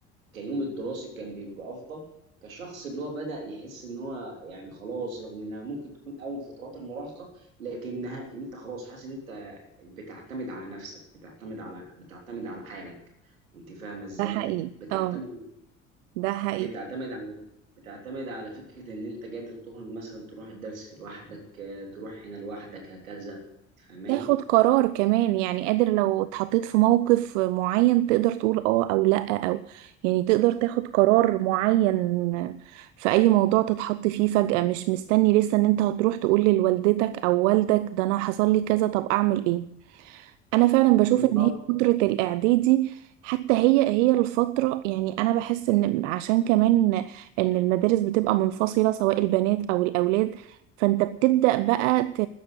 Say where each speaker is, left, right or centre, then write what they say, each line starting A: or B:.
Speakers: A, on the right; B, on the right.
A: كيوم الدراسي كان بيبقى افضل كشخص اللي هو بدأ يحس ان هو يعني خلاص رغم انها ممكن تكون اول فترات المراهقة لكنها انت خلاص حاسس ان انت بتعتمد على نفسك بتعتمد على بتعتمد على حالك انت فاهمة ازاي
B: ده حقيقي
A: بتعتمد
B: اه ده حقيقي
A: بتعتمد على بتعتمد على فكرة ان انت قادر تخرج مثلا تروح الدرس لوحدك آه، تروح هنا لوحدك هكذا فاهماني
B: تاخد قرار كمان يعني قادر لو اتحطيت في موقف معين تقدر تقول اه او لا او يعني تقدر تاخد قرار معين في اي موضوع تتحط فيه فجأة مش مستني لسه ان انت هتروح تقول لوالدتك او والدك ده انا حصل لي كذا طب اعمل ايه انا فعلا بشوف
A: بالظبط
B: ان هي فترة الاعدادي حتى هي هي الفترة يعني انا بحس ان عشان كمان ان المدارس بتبقى منفصلة سواء البنات او الاولاد فانت بتبدأ بقى ت...